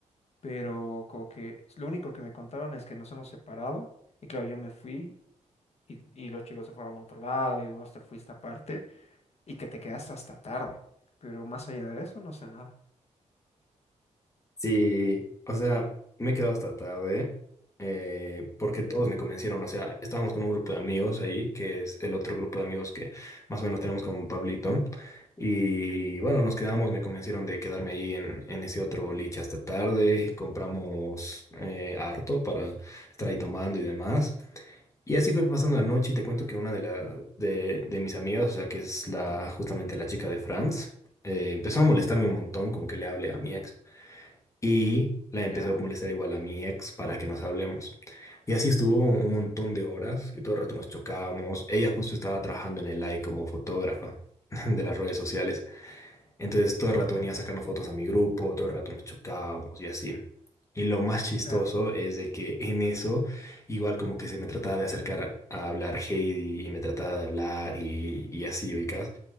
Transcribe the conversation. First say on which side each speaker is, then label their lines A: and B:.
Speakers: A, on the left (about 55°); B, on the left (about 25°).
A: pero como que lo único que me contaron es que nos hemos separado y claro, yo me fui y, y los chicos se fueron a otro lado y vos te fuiste aparte y que te quedaste hasta tarde, pero más allá de eso no sé nada.
B: Sí, o sea, me he quedado hasta tarde eh, porque todos me convencieron. O sea, estábamos con un grupo de amigos ahí, que es el otro grupo de amigos que más o menos tenemos con Pablito. Y bueno, nos quedamos, me convencieron de quedarme ahí en, en ese otro boliche hasta tarde. Compramos eh, harto para estar ahí tomando y demás. Y así fue pasando la noche y te cuento que una de, la, de, de mis amigas, o sea, que es la, justamente la chica de Franz, eh, empezó a molestarme un montón con que le hable a mi ex. Y la empecé
A: Ya.
B: a molestar igual a mi ex para que nos hablemos. Y así estuvo un montón de horas, que todo el rato nos chocábamos. Ella justo estaba trabajando en el like como fotógrafa <laughs> de las redes sociales. Entonces todo el rato venía a sacarnos fotos a mi grupo, todo el rato nos chocábamos y así. Y lo más chistoso
A: Claro,
B: es de que en eso, igual como que se me trataba de acercar a hablar Heidi y me trataba de hablar y, y así, ubicas.